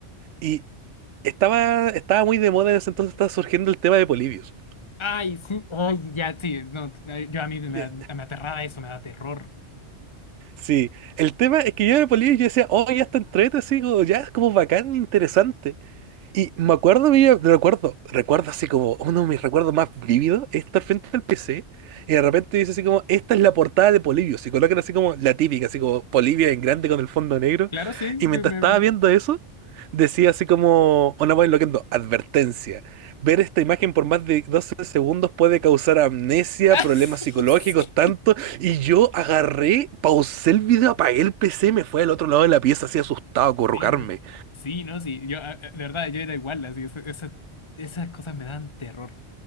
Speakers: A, on the right; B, on the left.
A: y estaba, estaba muy de moda en ese entonces, estaba surgiendo el tema de Polybius.
B: Ay, sí, ay, ya, sí, no, ay, yo a mí me,
A: Ya,
B: da- me aterraba eso, me da terror.
A: Sí, el tema es que yo de Polybius yo decía, oh, ya está entrete, así como, ya es como bacán, interesante. Y me acuerdo, vivo- recuerdo, recuerdo así como uno de mis recuerdos más vívidos es estar frente al PC y de repente dice así como, esta es la portada de Polibio. Se colocan así como la típica, así como Polibio en grande con el fondo negro.
B: Claro, sí,
A: Y mientras
B: que me
A: estaba
B: acuerdo.
A: viendo eso, decía así como, una voz enloquendo, advertencia. Ver esta imagen por más de 12 segundos puede causar amnesia,
B: Ah,
A: problemas
B: <laughs> sí,
A: psicológicos,
B: sí.
A: tanto. Y yo agarré, pausé el video, apagué el PC, me fui al otro lado de la pieza así asustado a currucarme.
B: Sí, no. sí, no, sí. Yo, a- a- de verdad, yo era igual, así, esa- esa- esas cosas me dan terror.